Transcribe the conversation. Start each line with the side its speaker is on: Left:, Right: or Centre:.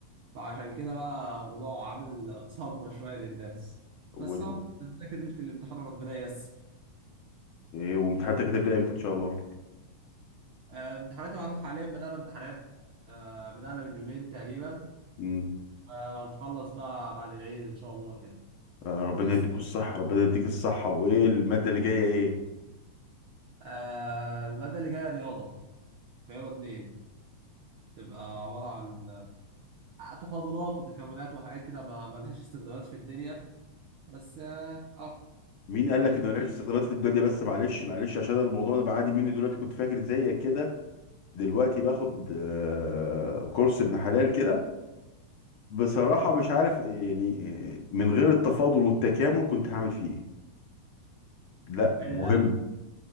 Right: فعشان كده بقى الموضوع عامل صدمة شوية للناس
Left: و...
Right: بس أهو بنذاكر ليلة الامتحان وربنا ييسر
Left: إيه وامتحاناتك هتبدأ امتى ان شاء الله
Right: آه، امتحاناتي وأنا حاليا بدأنا امتحانات آه، بدأنا من يومين تقريبا
Left: مم.
Right: آه، هنخلص بقى بعد العيد إن شاء الله كده
Left: آه، ربنا
Right: بس
Left: يديكوا الصحة ربنا يديك الصحة وايه المادة اللي جاية ايه
Right: آه، المادة اللي جاية رياضة رياضة اتنين تبقى عبارة عن تفاضلات وتكاملات وحاجات كده ما ما لهاش استخدامات في الدنيا بس اه آه،
Left: مين قال
Right: عشان
Left: لك ان ملهاش استخدامات في الدنيا بس معلش معلش عشان أنا الموضوع ده بعاني مني دلوقتي كنت فاكر زيك كده دلوقتي باخد آه، كورس ابن حلال كده بصراحة مش عارف يعني آه، من غير التفاضل والتكامل كنت هعمل فيه ايه لا
Right: لا
Left: مهم